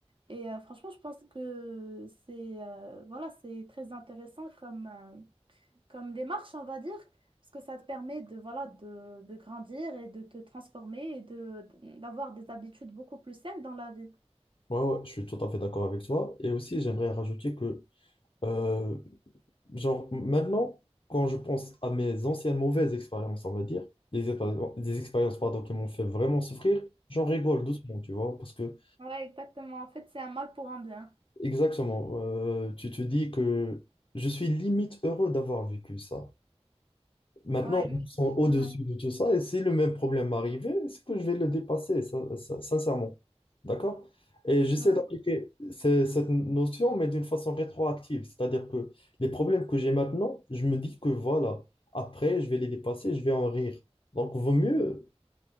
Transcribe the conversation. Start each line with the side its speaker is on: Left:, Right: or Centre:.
Right: Et euh, franchement, je pense que c'est euh, voilà, c'est très intéressant comme, euh, comme démarche, on va dire, parce que ça te permet de, voilà, de, de grandir et de te transformer et de, d'avoir des habitudes beaucoup plus saines dans la vie.
Left: Ouais, ouais, je suis tout à fait d'accord avec toi. Et aussi, j'aimerais rajouter que euh, genre, maintenant, quand je pense à mes anciennes mauvaises expériences, on va dire, des, épa- des expériences, pardon, qui m'ont fait vraiment souffrir, j'en rigole doucement, tu vois, parce que,
Right: Ouais, exactement. En fait, c'est un mal pour un bien.
Left: exactement, euh, tu te dis que je suis limite heureux d'avoir vécu ça. Maintenant,
Right: Ouais, mais-
Left: ils sont au-dessus
Right: ouais,
Left: de tout ça, et si le même problème m'arrivait, c'est que je vais le dépasser, sin- sin- sincèrement. D'accord? Et j'essaie
Right: ouais,
Left: d'appliquer ce- cette notion, mais d'une façon rétroactive. C'est-à-dire que les problèmes que j'ai maintenant, je me dis que voilà, après, je vais les dépasser, je vais en rire. Donc, vaut mieux,